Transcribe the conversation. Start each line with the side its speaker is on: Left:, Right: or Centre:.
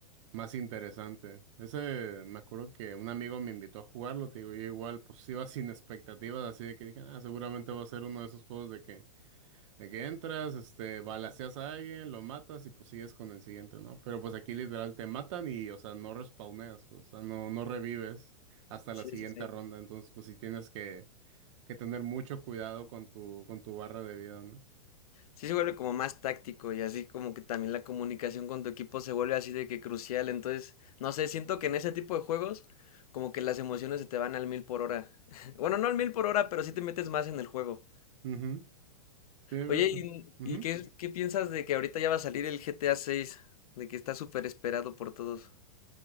Right: más interesante. Ese, me acuerdo que un amigo me invitó a jugarlo, te digo, yo igual pues iba sin expectativas, así de que dije, ah, seguramente va a ser uno de esos juegos de que de que entras, este, balaceas a alguien, lo matas y pues sigues con el siguiente, ¿no? Pero pues aquí literal te matan y, o sea, no respawneas, pues, o sea, no, no revives hasta
Left: Sí,
Right: la siguiente
Left: sí, sí.
Right: ronda. Entonces, pues sí tienes que, que tener mucho cuidado con tu, con tu barra de vida, ¿no?
Left: Sí se vuelve como más táctico y así como que también la comunicación con tu equipo se vuelve así de que crucial. Entonces, no sé, siento que en ese tipo de juegos como que las emociones se te van al mil por hora. <laughs> Bueno, no al mil por hora, pero sí te metes más en el juego.
Right: Ujú, Sí, fíjate.
Left: Oye, ¿y,
Right: Ujú.
Left: y qué, qué piensas de que ahorita ya va a salir el GTA 6? De que está súper esperado por todos.